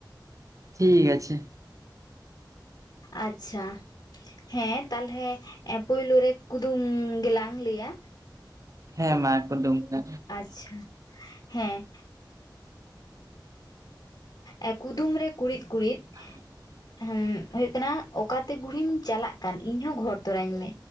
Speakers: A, on the right; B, on the left.
A: ᱴᱷᱤᱠ ᱟᱪᱷᱮ
B: ᱟᱪᱪᱷᱟ ᱦᱮᱸ ᱛᱟᱞᱦᱮ ᱯᱩᱭᱞᱩ ᱨᱮ ᱠᱩᱫᱩᱢ ᱜᱮᱞᱟᱝ ᱞᱟᱹᱭᱟ
A: ᱦᱮᱸ ᱢᱟ ᱠᱩᱫᱩᱢ ᱠᱟ
B: ᱪᱷᱟ ᱦᱮᱸ ᱮᱸᱜ ᱠᱩᱫᱩᱢ ᱨᱮ ᱠᱩᱲᱤᱫ ᱠᱩᱲᱤᱫ
A: <inaudible>
B: ᱦᱮᱸ ᱦᱳᱭᱳᱜ ᱠᱟᱱᱟ ᱚᱠᱟᱛᱮ ᱵᱩᱲᱦᱤᱢ ᱪᱟᱞᱟᱜ ᱠᱟᱱ ᱤᱧ ᱦᱚᱸ ᱜᱷᱚᱦᱚᱨ ᱛᱚᱨᱟᱧ ᱢᱮ